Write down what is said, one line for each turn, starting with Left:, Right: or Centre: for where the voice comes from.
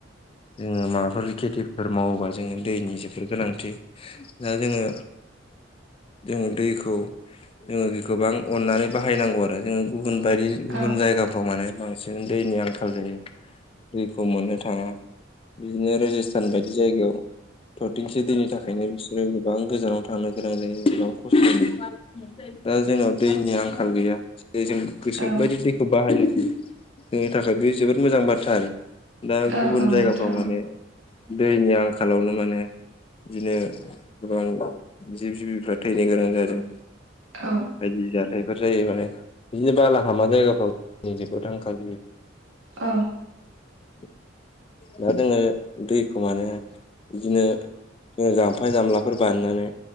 Left: जोङो माबाफोर खेथिफोर मावोबा जोङो दैनि जोबोर गोनांथि दा जोङो जोङो दैखौ जोङो गोबां अननानै बाहायनांगौ आरो जोङो गुबुन बायदि गुबुन
Right: औ
Left: जायगाफ्राव माने बांसिन दैनि आंखाल जायो दैखौ मोननो थाङा बिदिनो राजस्थान बायदि जायगायाव थरथिंसे दैनि थाखायनो बिसोरो गोबां गोजानाव थां थांनो गोनां जायो गोबां खस्थ'नि दा जोंनाव दैनि आंखाल गैया जों गोसो
Right: औ
Left: बायदि दैखौ बाहायनो हायो जोंनि थाखाय बे जोबोद मोजां बाथ्रा आरो दा
Right: औ
Left: गुबुन
Right: औ
Left: जायगाफ्राव
Right: नोंथां
Left: माने दैनि आंखालावनो माने बिदिनो गोबां जिब जिबिफ्रा थैनो गोनां जादों
Right: औ
Left: बायदि जाथायफोर जायो माने बिदिनो बालाहामा जायगाफ्राव जेनिबो आंखाल
Right: औ
Left: <unintelligible> दा जोङो दैखौ माने बिदिनो जोङो जाम्फै जामलाफोर बानायनानै